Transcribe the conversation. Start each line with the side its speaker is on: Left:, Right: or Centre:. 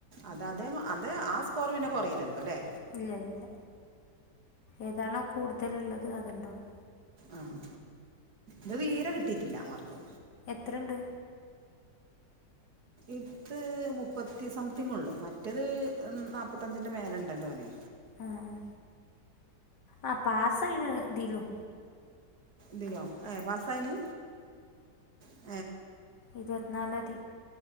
Right: അത അതേ മൊ അതെ ആ സ്കോറ് പിന്നെ കൊറീലല്ലോ ല്ലേ.
Left: ഇല്ല ല്ല ഏതാണോ കൂടുതല്ള്ളത് അത് ണ്ടാവും
Right: ആഹ് ത് തീരെ കിട്ടിട്ടില്ല മാർക്ക്
Left: എത്ര ഉണ്ട്
Right: ഇത് മുപ്പത്തി സംതിങൊള്ളു. മറ്റേത് ന്നാപ്പത്തഞ്ചിന്റെ മേലണ്ടല്ലോ ഓന്.
Left: ആഹ്. ആ പാസായ്ണ് തിലും.
Right: ദിലോ? ഏ. പസായിണ്? ഹേ
Left: ഇരുവത് നാലാതി